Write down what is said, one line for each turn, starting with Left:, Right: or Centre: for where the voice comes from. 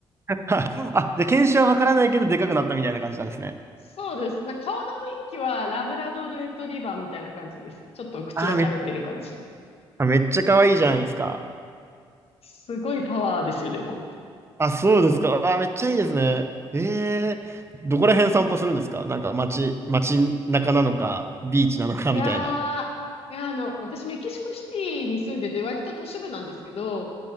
Right: は <laughs> あ、じゃあ犬種はわからないけど、でかくなったみたいな感じなんですね。
Left: そうです。な、顔の雰囲気は、ラブラドールレトリバーみたいな感じです。ちょっと口が垂れてる感じ。
Right: ああめ、あ、めっちゃ可愛いじゃないですか。
Left: すごいパワーですよ、でも。
Right: あ、そうですか。ああめっちゃいいですね。ええどこら辺散歩するんですかなんか街、街中なのか、ビーチなのかみたいな。
Left: いやー、いや、あの、私メキシコシティに住んでて、割と都市部なんですけど、